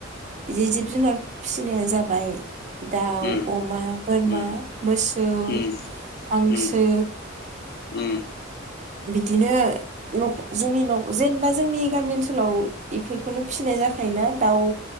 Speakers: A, on the right; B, on the left.
A: बिदि जिब जुनार फिसिनाया जाबाय दाउ
B: उम
A: अमा बोरमा
B: उम
A: मोसौ
B: उम
A: हांसो
B: उम उम
A: बिदिनो न' जोंनि न' जेनेबा जोंनि गामि ओनसोलाव बेफोरखौनो फिसिनाय जाखायोना दाउ